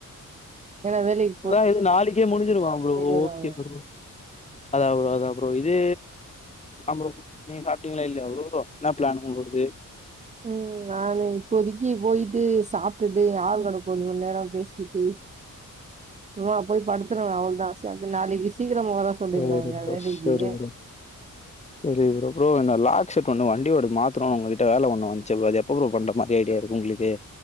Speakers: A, on the right; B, on the left.
A: ஏன்னா வேலைக்
B: அதா இது நாளைக்கே முடிஞ்சிருமா ப்ரோ ஓகே
A: வருவாங்க
B: ப்ரோ அதா ப்ரோ அதா ப்ரோ இது அதா ப்ரோ நீங்க சாப்டீங்களா இல்லையா ஃப்ரோ என்னா ப்ளான் உங்ளோடது
A: ம் நானு இப்போதைக்கு போயிட்டு சாப்டுட்டு என் ஆளு கூட கொஞ்ச மணி நேர பேசிட்டு ஆமா போய் படுத்றுவே அவள்தா நாளைக்கு சீக்கிரம் வர சொல்லியிருந்தாங்க
B: எங்களுக்கு ப்ரோ
A: வேலைக்கு
B: செரி ப்ரோ சேரி ஃப்ரோ ஃப்ரோ இந்த லாக் செஷ்ட் ஒன்னு வண்டிவேறு மாத்துறோ உங்க கிட்ட வேல ஒன்னு வந்துச்சு ஃப்ரோ அது எப்ப ஃப்ரோ பண்ற மாறி ஐடியா இருக்கு உங்ளுக்கு